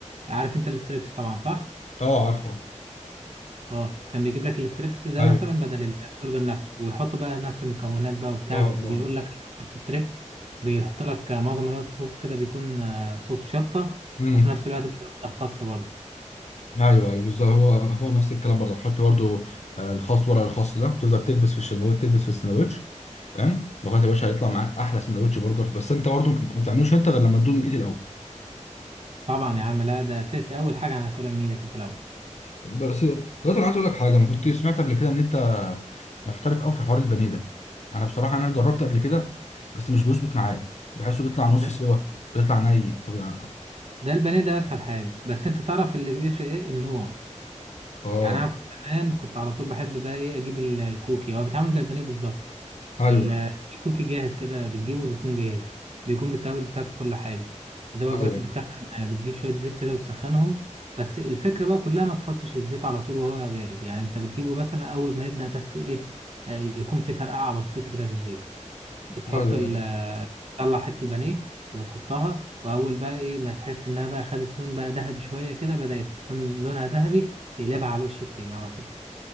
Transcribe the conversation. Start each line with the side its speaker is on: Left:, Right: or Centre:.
Right: عارف أنت الستريبس طبعا صح؟
Left: اه عارفه
Right: اه كان بيجيب لك الستريبس ده
Left: ايوه
Right: مثلا بدل البرجر نفسه ويحطوا بقى نفس المكونات بقى وبتاع
Left: اه
Right: بس
Left: اه
Right: بيقول لك لما تحط ستريبس بيحط لك معظم الوقت صوص كده بيكون آه، صوص شطة
Left: مم.
Right: وفي نفس الوقت بيقول لك خس برضه
Left: ايوه ايوه بالظبط هو هو نفس الكلام برضه تحط برضه آه، الخاص ورق الخاص ده وتفضل تكبس في السندوتش تكبس في السندوتش فاهم لغايه يا باشا هيطلع معاك احلى سندوتش برجر بس انت برضه ما تعملوش انت غير لما تدوق من ايدي الاول
Right: طبعا يا عم لا ده اساسي اول حاجة هناكلها من ايدك انت الاول
Left: بس دلوقتي انا عايز اقول لك حاجه انا كنت سمعت قبل كده ان انت محترف قوي في حوار البانيه ده انا بصراحه انا جربت قبل كده بس مش بيظبط معايا بحسه بيطلع نص
Right: ده,
Left: سوا بيطلع ني طب يعني-
Right: ده البانيه ده اسهل حاجة بس انت تعرف اللي بيفرق ايه النوع
Left: اه
Right: يعني انا كنت زمان كنت على طول بحب بقى ايه اجيب ال- الكوكي هو بيتعمل زي البانيه بالظبط
Left: ايوه
Right: ال- الكوكي جاهز كده بتجيبه بيكون جاهز بيكون بالتوابل بتاعته كل حاجه دوبك
Left: ايوه
Right: بس بتسخن بتجيب شويه زيت كده وتسخنهم بس الفكره بقى كلها ما تحطش الزيت على طول وهو بارد يعني انت بتجيبه مثلا اول ما يبدا بس ايه آه، يكون في فرقعه بسيطه كده في الزيت بتحط
Left: ايوه
Right: ال تطلع حتة البانيه وبتحطها وأول بقى إيه ما تحس إنها بقى خدت لون بقى ذهبي شوية كده بدأت تكون لونها ذهبي تقلبها على الوش التاني على طول